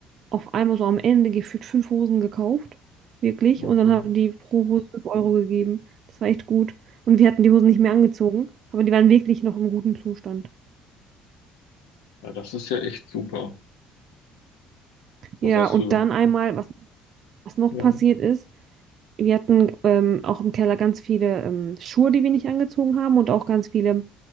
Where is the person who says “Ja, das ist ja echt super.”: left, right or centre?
Left